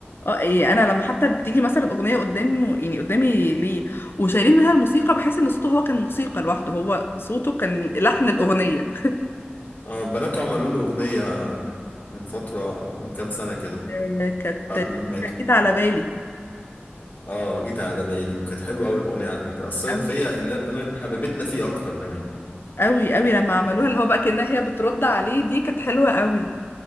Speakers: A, on the left; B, on the left.
A: اه إيه انا لما حتى بتيجي مثلا اغنيه قدامه يعني قدامي ليه وشايلين منها الموسيقى بحس ان صوته هو كان موسيقى لوحده هو صوته كان لحن الاغنيه
B: اه بناته عملوا له اغنيه من فتره من كام سنه كده
A: آه، كانت
B: بعد
A: لسه
B: ما ماتوا
A: جديدة على بالي
B: اه جيت على بالي وكانت حلوه قوي الاغنيه على فكره اثرت
A: أوي
B: فيا ان انا كمان حبيبتنا فيه اكتر كمان
A: أوي أوي لما عملوها اللي هو بقى كأنها هي بترد عليه دي كانت حلوة أوي